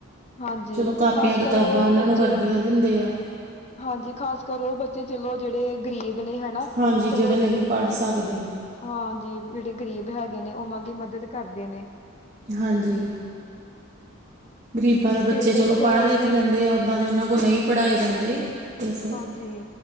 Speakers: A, on the left; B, on the right.
A: ਹਾਂਜੀ,
B: ਚਲੋ ਕਾਪੀਆਂ
A: ਖ਼ਾਸ
B: ਕਿਤਾਬਾਂ
A: ਕਰ ਓ
B: ਉਹਨਾਂ
A: ਬੱਚੇ।
B: ਨੂੰ ਵਰਦੀਆਂ ਦਿੰਦੇ ਆ।
A: ਹਾਂਜੀ ਖਾਸ ਕਰ ਉਹ ਬੱਚੇ ਚਲੋ ਜਿਹੜੇ ਗ਼ਰੀਬ ਨੇ ਹਨਾ,
B: ਹਾਂਜੀ
A: ਚਲੋ
B: ਨਹੀਂ
A: ਜਿਹੜੇ
B: ਪੜ੍ਹ ਸਕਦੇ।
A: ਹਾਂਜੀ, ਜਿਹੜੇ ਗ਼ਰੀਬ ਹੈਗੇ ਨੇ ਉਹਨਾਂ ਦੀ ਮਦਦ ਕਰਦੇ ਨੇ।
B: ਹਾਂਜੀ, ਗ਼ਰੀਬਾਂ ਦੇ ਬੱਚੇ
A: ਤੇ ਵੇਖੋ
B: ਚਲੋ ਪੜ੍ਹ ਲਿਖ ਲੈਂਦੇ ਆ, ਓਦਾਂ ਦੇ ਉਹਨਾਂ ਕੋਲ ਨਹੀਂ ਪੜ੍ਹਾਏ ਜਾਂਦੇ। ਇਸ
A: ਹਾਂਜੀ,